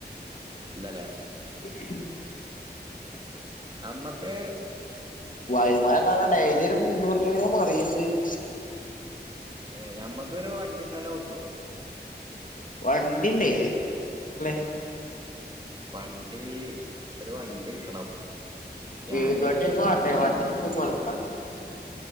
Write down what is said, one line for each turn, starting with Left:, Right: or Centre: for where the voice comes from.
Right: ഇല്ലലേ
Left: <unintelligible>
Right: അമ്മക്ക്
Left: വരുമാനം ന്ന് പറഞ്ഞാ ഡെയിലി ഒരു മുന്നൂറുപ്യ ഇങ്ങനെ മറിണ്ട്. <inaudible>
Right: ഏ ഞമ്മക്കൊരു വണ്ടി കിട്ടാല്ലെ വകുപ്പുന്ദൊ
Left: വണ്ടിണ്ട് <unintelligible>
Right: വണ്ടി ഒരു വണ്ടി കിട്ടണം
Left: <unintelligible>
Right: ഞാന്
Left: <unintelligible>